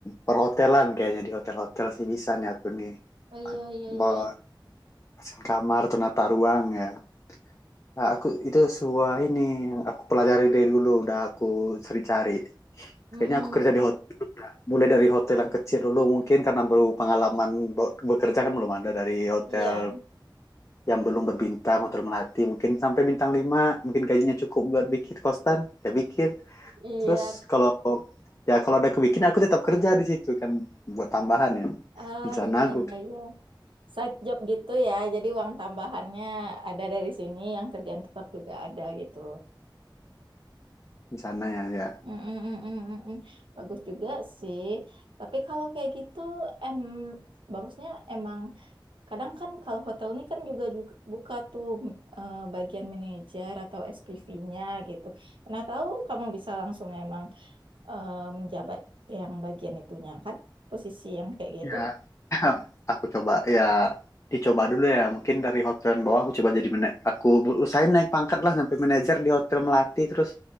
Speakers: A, on the left (about 35°); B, on the right (about 80°).
A: perhotelan kayaknya di hotel-hotel sih bisa nih aku nih
B: Oh iya iya
A: bawa
B: iya.
A: desain kamar atau nata ruang ya. Nah, aku itu semua ini yang aku pelajari dari dulu udah aku cari-cari.
B: Mm-mm.
A: Kayaknya aku kerja di hotel mulai dari hotel yang kecil dulu mungkin karena baru pengalaman be- bekerja kan belum ada dari hotel
B: Iya
A: yang belum berbintang hotel melati mungkin sampai bintang lima mungkin gajinya cukup buat bikin kosan ya bikin
B: iya.
A: terus kalau ya kalau ada kebikin aku tetap kerja di situ kan buat tambahan ya
B: Ah
A: rencana
B: iya
A: aku
B: iya iya. Side job gitu ya. Jadi uang tambahannya ada dari sini, yang kerjaan tetap juga ada gitu.
A: rencananya ya
B: Mm, mm, mm, mm, mm, mm. Bagus juga sih. Tapi kalau kayak gitu, em bagusnya emang kadang kan kalau hotel ini kan juga ju- buka tuh eh, bagian manajer atau SPV-nya gitu. Nah, tahu kamu bisa langsung emang eh, menjabat yang bagian itunya kan, posisi yang kayak gitu.
A: ya ya <clears throat> aku coba ya dicoba dulu ya mungkin dari hotel bawah aku coba jadi mana aku usahain naik pangkat lah sampai manajer di hotel melati terus